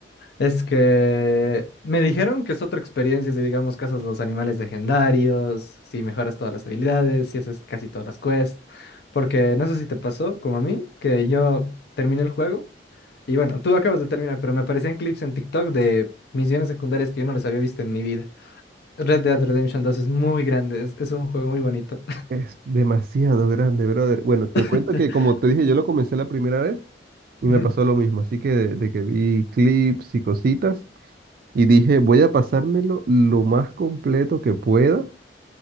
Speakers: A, on the left; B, on the right.
A: Es que me dijeron que es otra experiencia si, digamos, cazas los animales legendarios, si mejoras todas las habilidades, si haces casi todas las quests. Porque no sé si te pasó, como a mí, que yo terminé el juego y bueno, tú acabas de terminar, pero me aparecían clips en TikTok de misiones secundarias que yo no les había visto en mi vida. Red Dead Redemption dos es muy grande, es, es un juego muy bonito.
B: Es demasiado grande, brother. Bueno, te
A: <laughs>
B: cuento que como te dije, yo lo comencé la primera vez. Y me
A: Ujú,
B: pasó lo mismo, así que de, de que vi clips y cositas y dije, voy a pasármelo lo más completo que pueda,